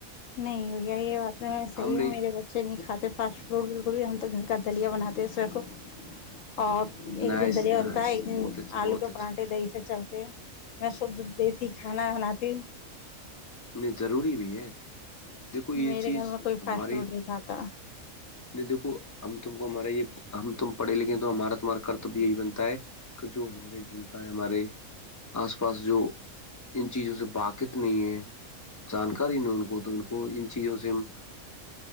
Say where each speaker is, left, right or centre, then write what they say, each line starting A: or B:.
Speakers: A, on the left; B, on the left.
A: نہیں ہو یہ یہ بات تو میں صحی
B: نہیں
A: ہوں میرے بچے نہیں کھاتے فاسٹ فوڈ بالکل بھی ہم تو گھر کا دلیا بناتے ہیں سب کو اور ایک
B: نائس
A: دن دریا
B: نائس
A: بنتا ہے ایک دن
B: بہت اچھی بہت
A: آلو کے
B: اچھی
A: پراٹھے دہی سب چلتے ہیں بس دیتی کھانا بناتی ہوں
B: نہیں ضروری بھی ہے دیکھو یہ
A: میرے
B: چیز
A: گھر میں کوئی
B: ہمارے
A: فیشٹ فروٹ نہیں کھاتا
B: نہیں دیکھو ہم ت کو ہمارے یہ ہم تم پڑھے لکھے ہیں تو ہمارا تمہارا کرتبیہ یہی بنتا ہے کہ جو ہمارے جنتا ہے ہمارے آس پاس جو ان چیزوں سے باقت نہیں ہے جانکاری نہیں ان کو تو ان کو ان چیزوں سے ہم